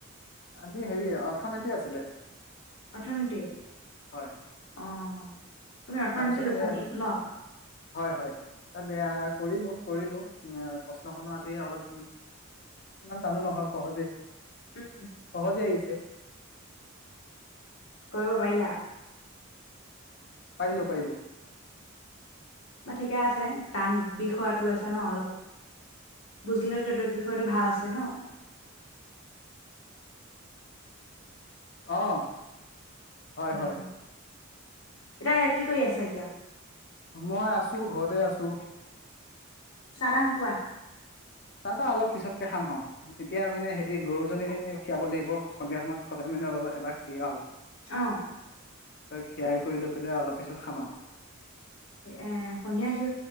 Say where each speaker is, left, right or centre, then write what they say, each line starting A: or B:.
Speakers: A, on the left; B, on the left.
A: আজি হেৰি অৰ্থনীতি আছিলে।
B: অৰ্থনীতি
A: হয়
B: অ তুমি অৰ্থনীতি
A: তাৰপিছত
B: লৈছা নেকি ন
A: হয় হয় আলে আ কৰিলোঁ কৰিলো উ প্ৰশ্নখনো আজি অলপ ইমান টানো নহয় সহজেই
B: উম
A: অ যায়ছ <unintelligible> তে
B: কৰিব পাৰিলা
A: পাৰিলো পাৰিলো
B: বা ঠিকে আছে টান বিষয়টো লৈছা ন অলপ বুজিলে ত তৰ বিষয়টো ভাল আছে ন
A: আহ হয়
B: অ
A: হয়
B: এতিয়া কি কৰি আছা এতিয়া
A: মই আছো ঘৰতে আছো।
B: চাহ তাহ নোখোৱা
A: চাহ তা অলপ পিছত খাম আৰু এতিয়া মানে হেৰি গৰুজনী খীৰাব লাগিব সন্ধিয়া সময়ত সদায় মানে অলপ এবাৰ খি
B: আহ
A: খিৰাই কৰি লৈ পেলাই অলপ পিছত খামাও
B: এ সন্ধিয়া সি